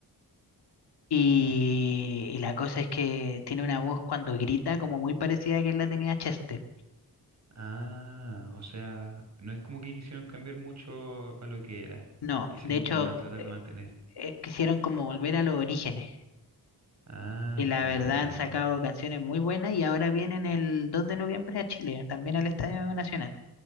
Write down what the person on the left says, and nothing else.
y,
y la cosa es que tiene una voz cuando grita como muy parecida a que la tenía Chester.
No,
de hecho,
eh,
eh, quisieron como volver a los orígenes.
Y la
verdad
han sacado canciones muy buenas y ahora vienen el 2 de noviembre a Chile, también al Estadio Nacional.